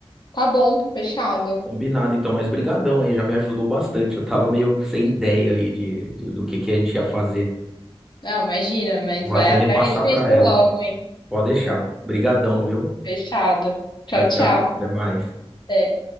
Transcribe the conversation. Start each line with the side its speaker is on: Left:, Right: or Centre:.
Left: Tá bom, fechado.
Centre: Combinado, então, mas brigadão aí, já me ajudou bastante. Eu tava meio sem ideia aí de, de- do que que a gente ia fazer.
Left: Não, imagina, mas
Centre: Eu Vou
Left: vai
Centre: até
Left: atrás
Centre: repassar
Left: disso
Centre: pra ela.
Left: logo, hein?
Centre: Pode deixar. brigadão, viu?
Left: Fechado.
Centre: Tchau,
Left: Tchau,
Centre: tchau.
Left: tchau.
Centre: Até mais.
Left: Até.